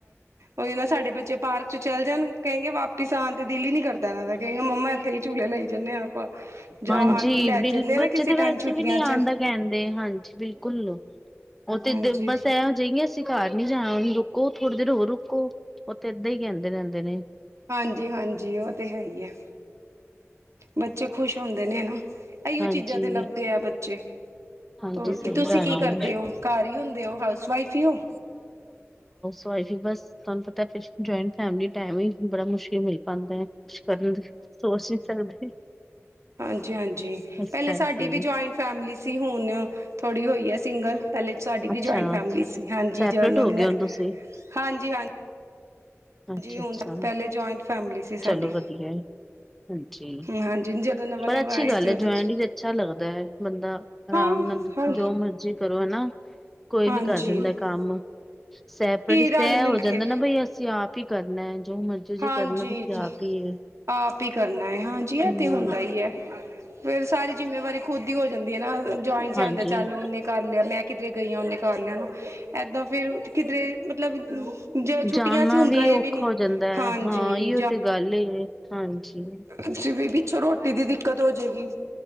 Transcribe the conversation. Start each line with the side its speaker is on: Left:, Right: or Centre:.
Right: ਉਹੀ ਨਾ ਸਾਡੇ ਬੱਚੇ ਪਾਰਕ 'ਚ ਚੱਲ ਜਾਣ ਕਹਿੰਗੇ ਵਾਪਿਸ ਆਉਣ ਤੇ ਦਿਲ ਹੀ ਨਹੀਂ ਕਰਦਾ ਇਹਨਾਂ ਦਾ, ਕਹਿੰਦਾ ਮੰਮਾ ਹੀ ਝੂਲੇ ਲਈ ਜਾਂਦੇ ਹਾਂ ਆਪਾਂ ਜਾਂ
Centre: ਹਾਂਜੀ
Right: ਲੈ
Centre: ਬਿਲ
Right: ਜਾਂਦੇ ਹਾਂ
Centre: ਬੱਚੇ
Right: ਨਾ ਕਿਸੇ
Centre: ਤੇ ਵੈਸੇ
Right: ਟਾਈਮ ਛੁੱਟੀਆਂ
Centre: ਵੀ ਨਹੀਂ
Right: 'ਚ
Centre: ਆਉਣ ਦਾ ਕਹਿੰਦੇ ਹਾਂਜੀ ਬਿਲਕੁਲ ਉਹ ਤੇ
Right: ਹਾਂਜੀ,
Centre: ਇਧਰ ਬਸ ਇਹੋ ਜਿ ਅਸੀਂ ਘਰ ਨੀ ਜਾਣਾ ਉਹਨੂੰ ਰੁ ਰੁਕੋ ਥੋੜੀ ਦੇਰ ਹੋਰ ਰੁਕੋ ਉਹ ਤੇ ਏਦਾਂ ਹੀ ਕਹਿੰਦੇ ਰਹਿੰਦੇ ਨੇ।
Right: ਹਾਂਜੀ- ਹਾਂਜੀ ਉਹ ਤੇ ਹੈ ਹੀ ਆ ਬੱਚੇ ਖ਼ੁਸ਼ ਹੁੰਦੇ ਨੇ ਨਾ। ਇਹੀਓ
Centre: ਹਾਂਜੀ
Right: ਚੀਜ਼ਾਂ ਤੇ ਲੱਭਦੇ ਆ ਬੱਚੇ
Centre: ਹਾਂਜੀ
Right: ਹੋਰ
Centre: ਸਹੀ
Right: ਕੀ ਤੁਸੀਂ
Centre: ਗੱਲ
Right: ਕੀ ਕਰਦੇ
Centre: ਹੈ।
Right: ਹੋ ਘਰ ਹੀ ਹੁੰਦੇ ਹੋ ਹਾਊਸ ਵਾਈਫ ਹੀ ਹੋ।
Centre: ਬਸ ਜੀ ਬਸ ਤੁਹਾਨੂੰ ਪਤਾ ਜਇੰਟ ਫੈਮਿਲੀ ਟੈਮ ਹੀ ਬੜਾ ਮੁਸ਼ਕਿਲ ਮਿਲ ਪੈਂਦਾ। ਕੁਛ ਕਰਨ ਦੀ ਸੋਚ ਨੀ ਸਕਦੇ।
Right: ਹਾਂਜੀ -ਹਾਂਜੀ
Centre: ਇਸ
Right: ਪਹਿਲੇ
Centre: ਕਰਕੇ
Right: ਸਾਡੀ ਵੀ ਜੁਆਇੰਟ ਫੈਮਲੀ ਸੀ ਹੁਣ ਥੋੜ੍ਹੀ ਹੋਈ ਹੈ ਸਿੰਗਲ ਪਹਿਲੇ ਸਾਡੀ ਵੀ
Centre: ਅੱਛਾ
Right: ਜੁਆਇੰਟ ਫੈਮਿਲੀ ਸੀ ਹਾਂਜੀ
Centre: ਸੈਪਰੇਟ
Right: ਜਦ ਹਾਂਜੀ-
Centre: ਹੋ ਗਏ ਹੋ ਤੁਸੀਂ
Right: ਹਾਂਜੀ।
Centre: ਅੱਛਾ
Right: ਹਾਂਜੀ ਹੁਣ
Centre: ਅੱਛਾ
Right: ਪਹਿਲੇ ਜੁਆਇੰਟ ਫੈਮਿਲੀ ਸੀ। ਸਾਡੀ
Centre: ਚਲੋ ਵਧੀਆ ਹਾਂਜੀ
Right: ਹਾਂਜੀ ਜਦੋਂ ਨਵਾਂ-ਨਵਾਂ
Centre: ਪਰ ਅੱਛੀ
Right: ਆਏ
Centre: ਗੱਲ
Right: ਸੀ ਉਦੋਂ
Centre: ਹੈ ਜੁਆਇਡ ਅੱਛਾ ਲੱਗਦਾ ਹੈ ਬੰਦਾ ਆਰਾਮ
Right: ਹਾਂ
Centre: ਨਾਲ
Right: ਹਾਂ
Centre: ਜੋ ਮਰਜ਼ੀ ਕਰੋ ਹਨਾ ਕੋਈ
Right: ਹਾਂਜੀ-ਹਾਂਜੀ
Centre: ਵੀ ਕਰ ਦਿੰਦਾ ਕੰਮ ਸੈਪਰੜ ਸ
Right: ਰਲ ਮਿਲ
Centre: ਹੋ ਜਾਂਦਾ
Right: ਕੇ
Centre: ਨਾ ਬਈ ਅਸੀਂ ਆਪ ਹੀ ਕਰਨਾ ਹੈ ਜੋ ਮਰਜ਼ੀ ਜੇ
Right: ਹਾਂਜੀ
Centre: ਕਰਨਾ ਆਪ ਹੀ ਏ।
Right: ਆਪ ਹੀ ਕਰਨਾ ਹੈ ਹਾਂਜੀ ਇਹ
Centre: ਹੂੰ,
Right: ਤੇ ਹੁੰਦਾ ਹੀ ਹੈ ਫੇਰ ਸਾਰੀ ਜਿੰਮੇਵਾਰੀ ਖੁਦ ਹੀ ਹੋ ਜਾਂਦੀ ਹੈ ਨਾ ਜੁਆਇੰਟ ਜਾਂ
Centre: ਹਾਂਜੀ।
Right: ਆਂਦਾ ਚੱਲ ਉਹਨੇ ਕਰ ਲਿਆ ਮੈਂ ਕਿੱਧਰੇ ਗਈ ਹਾਂ ਉਹਨੇ ਕਰ ਲਿਆਂ ਨੂੰ ਇੱਦਾਂ ਫਿਰ ਕਿਧਰੇ ਮਤਲਬ ਜ ਛੁੱਟੀਆਂ
Centre: ਜਾਣਾ
Right: ਸੀ ਹੁਣ
Centre: ਵੀ
Right: ਗਏ
Centre: ਔਖਾ
Right: ਨੀ
Centre: ਹੋ ਜਾਂਦਾ ਹੈ
Right: ਹਾਂਜੀ
Centre: ਹਾਂ ਇਹਓ ਤੇ ਗੱਲ ਹਾਂਜੀ।
Right: ਤੁਸੀਂ ਵੀ ਪਿੱਛੋਂ ਰੋਟੀ ਦੀ ਦਿੱਕਤ ਹੋ ਜਾਏਗੀ।